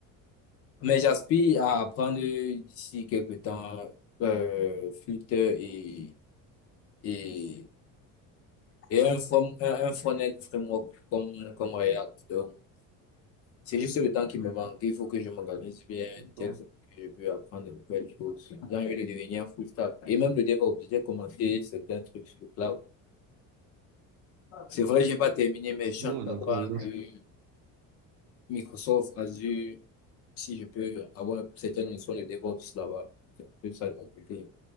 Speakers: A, on the left; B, on the right.
A: Mais j'aspire à apprendre d'ici quelque
B: D'accord.
A: temps euh, Flutter et, et, et un, from, un, un front-end framework comme, comme React. Donc, c'est juste le temps qui me manque. Il faut que je m'organise bien,
B: D'accord.
A: tel que je peux apprendre de nouvelles choses. J'ai envie de devenir full stack. Et même le DevOps, j'ai commencé certains trucs sur le cloud. C'est vrai, j'ai pas terminé, mais je suis
B: Oh,
A: en train d'apprendre
B: d'accord.
A: euh, Microsoft Azure, si je peux avoir certaines notions de DevOps là-bas. C'est un peu ça de mon côté.